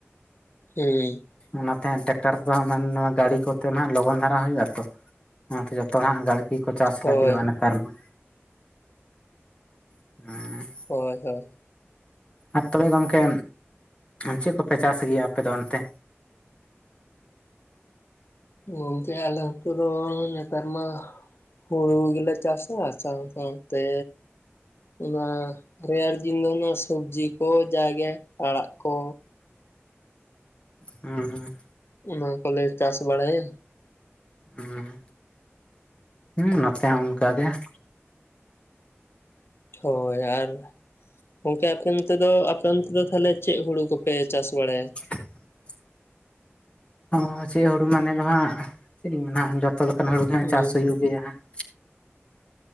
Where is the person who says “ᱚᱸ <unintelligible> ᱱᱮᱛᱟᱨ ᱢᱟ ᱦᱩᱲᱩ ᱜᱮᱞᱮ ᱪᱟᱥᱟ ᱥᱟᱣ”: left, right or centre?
Left